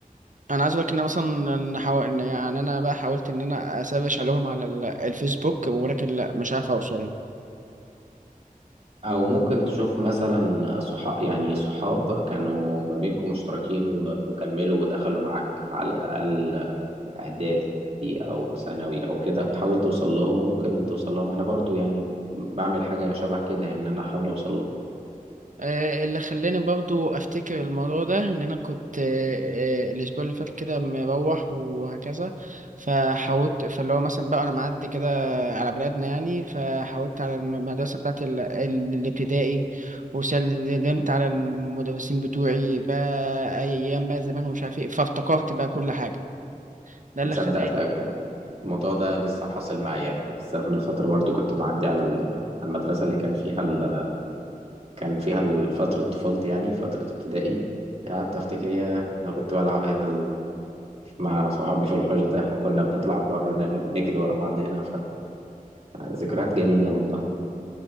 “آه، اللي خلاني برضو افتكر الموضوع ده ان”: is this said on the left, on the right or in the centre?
Right